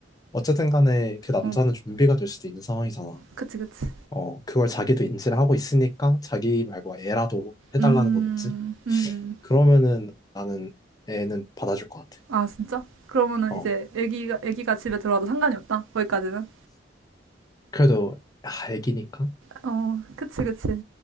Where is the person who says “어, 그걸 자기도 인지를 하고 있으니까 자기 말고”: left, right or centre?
Left